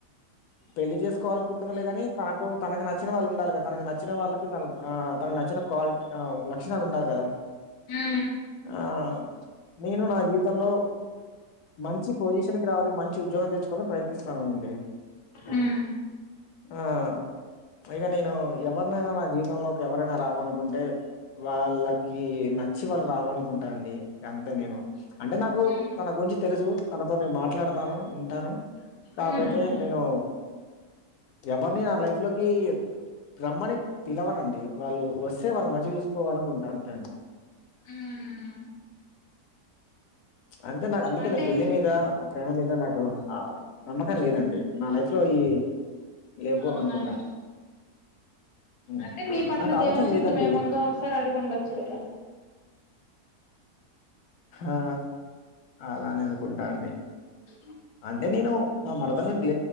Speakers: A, on the left; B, on the left.
A: పెళ్లి చేసుకోను ఉంటది గాని తనకు తనకు నచ్చిన వాళ్ళు ఉండాలి కద తనకి నచ్చిన వాళ్ళకి త తన నచ్చిన క్వాలి లక్షణాలు ఉండాలి కదా
B: ఉ
A: ఆ నేను నా జీవితంలో మంచి పొజిషన్ కి రావాలి మంచి ఉద్యోగం తెచ్చుకోవాలని ప్రయత్నిస్తున్నాను అండి
B: ఉమ్
A: ఆ పైగా నేను ఎవరినైనా నా జీవితంలోకి ఎవరైనా రావాలనుకుంటే వాళ్ళకి నచ్చి వాళ్ళు రావాలనుకుంటా అండి అంతే నేను అంటే నాకు
B: ఉమ్
A: తన గురించి తెలుసు తనతో నేను మాట్లాడతాను ఉంటాను కాకపోతే
B: ఉమ్
A: నేను ఎవరిని నా లైఫ్ లోకి రమ్మని పిలవనండి వాళ్ళు వస్తే వాళ్ళు మంచిగా చూసుకోవాలకుంట అంతే అండి
B: ఉ
A: అంటే నాకు అందుకే
B: అంటే
A: పెళ్లి
B: ఇంక్
A: మీద ప్రేమ మీద నాకు నమ్మకం లేదండి నా లైఫ్ లో ఈ లేవు
B: అవునా
A: అనుకుంటా
B: అండి
A: హ్మ్.
B: అంటే మీ పట్ల
A: నాకు
B: దేవుడు
A: ఆలోచన
B: చిత్త
A: లేదండి.
B: ఏమో ఉందో ముందు ఒకసారి అడుగు ఉండొచ్చు కదా
A: ఆ అలానే అనుకుంటా అండి
B: ఆ
A: అంటే నేను మా మరదల్ నీ